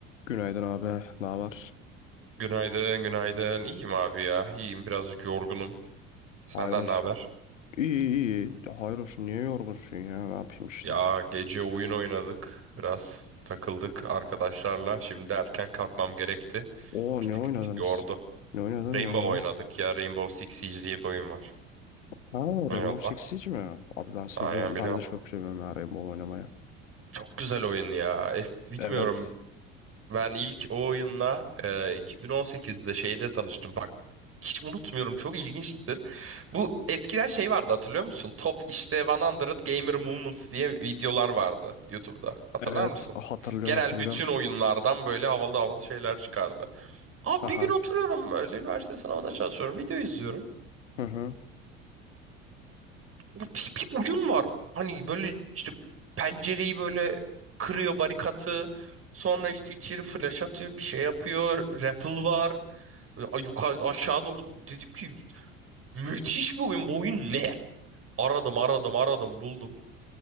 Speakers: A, on the left; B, on the right.
A: Günaydın abi. Ne var?
B: Günaydın, günaydın. İyiyim abi ya. İyiyim, birazcık yorgunum. Senden
A: Hayır olsun.
B: ne haber?
A: İyi iyi. iyi. Hayır olsun. Niye yorgunsun ya? Ne yapayım işte.
B: Ya gece oyun oynadık. Biraz takıldık arkadaşlarla. Şimdi erken kalkmam gerekti.
A: Oo
B: Bir tık
A: ne oynadınız?
B: yordu.
A: Ne oynadın?
B: Rainbow
A: Ne oynadın?
B: oynadık ya. Rainbow Six Siege diye bir oyun var.
A: Ha
B: Oyun
A: Rainbow
B: Allah.
A: Six Siege mi? Abi ben seviyorum.
B: Aynen biliyorum.
A: Ben de çok seviyorum ya Rainbow oynamayı.
B: Çok güzel oyun ya. F, bilmiyorum.
A: Evet.
B: Ben ilk o oyunla e, 2018'de şeyde tanıştım. Bak hiç unutmuyorum çok ilginçtir. Bu eskiden şey vardı hatırlıyor musun? Top işte 100 Gamer Moments diye videolar vardı YouTube'da. Hatırlar
A: Evet.
B: mısın?
A: Hatırlıyorum
B: Genel
A: hatırlıyorum.
B: bütün oyunlardan böyle havalı havalı şeyler çıkardı. Abi
A: Aha.
B: bir gün oturuyorum böyle üniversite sınavına çalışıyorum. Video izliyorum
A: Hı hı.
B: bir, bir oyun var. Hani böyle işte pencereyi böyle kırıyor barikatı. Sonra işte içeri flash atıyor, bir şey yapıyor. Rappel var. Böyle a- Yukarı aşağı doğru. Dedim ki müthiş bir oyun. Bu oyun ne? Aradım, aradım, aradım, buldum.